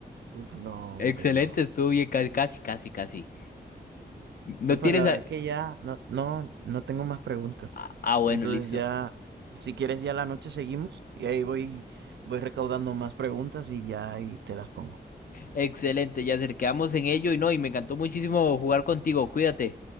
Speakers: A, on the right; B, on the left.
A: Uf, no, hombre,
B: Excelente,
A: no.
B: estuvo bien, ca- casi, casi, casi. No
A: No, pues
B: tienes...
A: la verdad
B: a-
A: es que ya no, no, no tengo más preguntas.
B: Ah, ah, bueno,
A: Entonces
B: listo.
A: ya, si quieres ya la noche seguimos y ahí voy, voy recaudando más preguntas y ya ahí te las pongo.
B: Excelente, Yasser, quedamos en ello y no, y me encantó muchísimo jugar contigo, cuídate.